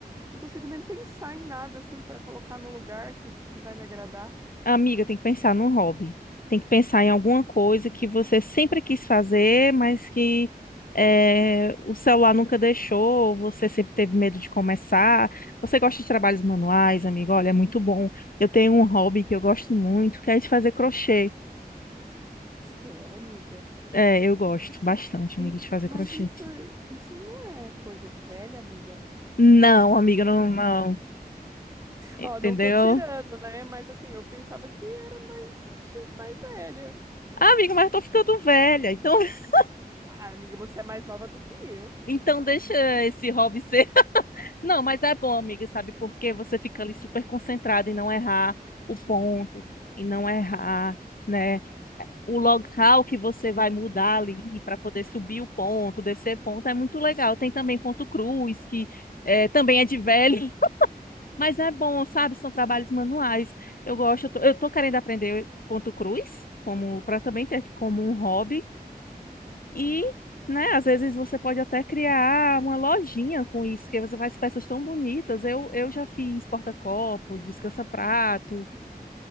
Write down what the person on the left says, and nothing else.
Amiga, tem que pensar num hobby. Tem que pensar em alguma coisa que você sempre quis fazer, mas que eh, o celular nunca deixou, você sempre teve medo de começar. Você gosta de trabalhos manuais, amiga? Olha, é muito bom. Eu tenho um hobby que eu gosto muito, que é de fazer crochê.
É, eu gosto bastante,
amiga, de fazer
crochê.
Não, amiga, não, não. Entendeu?
Ah, amiga, mas eu tô ficando velha. Então, <laughs>
então deixa esse hobby ser. Não, mas é bom, amiga, sabe? Porque você fica ali super concentrada em não errar o ponto, em não errar, né? O local que você vai mudar ali para poder subir o ponto, descer ponto, é muito legal. Tem também ponto cruz, que é, também é de velho, <laughs> mas é bom, sabe? São trabalhos manuais. Eu gosto, eu tô, eu tô querendo aprender ponto cruz, como para também ter como um hobby. E, né, às vezes você pode até criar uma lojinha com isso, que você faz peças tão bonitas. Eu, eu já fiz porta-copos, descansa-prato.